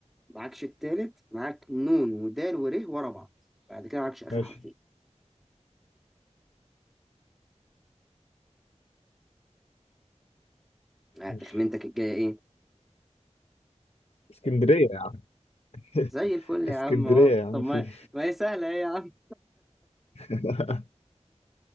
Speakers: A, in the centre; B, on the left.
A: معكش التالت معاك نون ودال ور ورا بعض بعد كده معكش آخر
B: ماشي
A: حرفين آه،
B: ماشي
A: تخمينتك الجاية إيه؟
B: اسكندرية يا عم <laughs>
A: زي الفل يا
B: اسكندرية
A: عم أهو
B: يا عم
A: طب ما
B: في
A: ما هي سهلة إيه يا عم
B: <laughs>